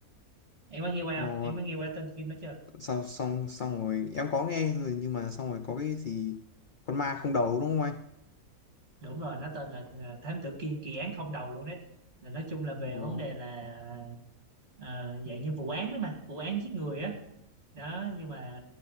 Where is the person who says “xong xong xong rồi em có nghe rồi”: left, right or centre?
Left